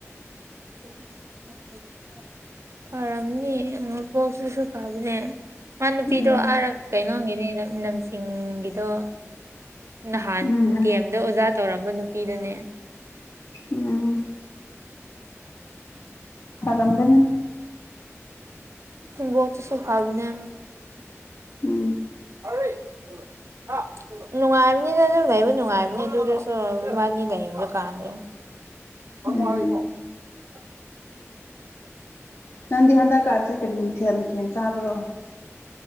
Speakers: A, on the right; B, on the left.
A: <inaudible> ꯐꯔꯝꯅꯤ ꯃꯄꯣꯛꯇꯨꯁꯨ ꯐꯕꯅꯦ ꯃꯥ ꯅꯨꯄꯤꯗꯣ
B: ꯎꯝ
A: ꯑꯥꯔ ꯀꯩꯅꯣꯒꯤꯅꯦ ꯅ ꯅꯝꯆꯤꯡꯒꯤꯗꯣ ꯅꯍꯥꯟ
B: ꯎꯝ
A: ꯗꯤ ꯑꯦꯝꯗ ꯑꯣꯖꯥ ꯇꯧꯔꯝꯕ ꯅꯨ ꯄꯤ ꯗꯨꯅꯦ
B: ꯎꯝ ꯐꯔꯝꯒꯅꯤ
A: ꯏꯕꯣꯛꯇꯨꯁꯨ ꯐꯕꯅꯦ
B: ꯎꯝ
A: <inaudible> ꯅꯨꯡꯉꯥꯏꯕꯅꯤꯗ ꯑꯗꯨꯝ ꯂꯩꯕ ꯅꯨꯡꯉꯥꯏꯕꯅꯤ ꯑꯗꯨꯗꯁꯨ ꯏꯃꯥꯅꯤ ꯂꯩꯕ ꯀꯥꯟꯗꯣ <unintelligible>
B: ꯎꯝ ꯅꯪꯗꯤ ꯍꯟꯗꯛꯀꯥꯟꯁꯦ ꯀꯔꯤ ꯃꯊꯦꯜ ꯃꯊꯦꯜ ꯆꯥꯕ꯭ꯔꯣ